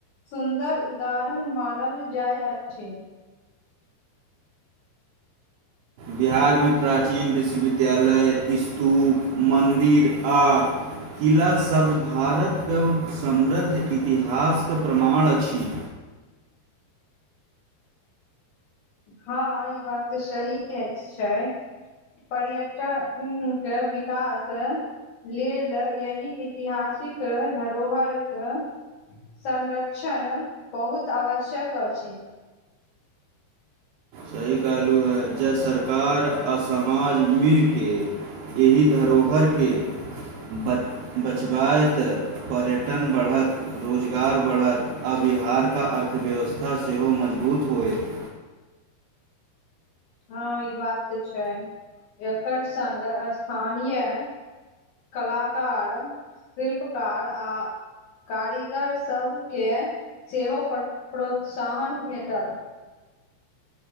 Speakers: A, on the left; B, on the right.
A: सुन्दर उदारण मानल जाइ अछि।
B: बिहारमे प्राचीन विश्वविद्यालय, स्तूप, मन्दिर आ किलासभ, भारत के उ समृद्ध इतिहासके, प्रमाण अछि।
A: हँ, ई बात तऽ सही केहै छै। पर्यटन के विकास। लेल यही ऐतिहासिक धरोहरके संरक्षण बहुत आवश्यक अछि।
B: सही कहलहुँ है, ज सरकार आ समाज मिलके एहि धरोहरे बच बचबाय तऽ पर्यटन बढ़त। रोजगार बढ़त, आ बिहारका अर्थव्यवस्था सेहो मजबूत होयत।
A: हँ ई बात ते छै, एकर संग स्थानीये कलाकार, शिल्पकार आ कारीगरसभके, सेहो प्र प्रोत्साहन भेटत।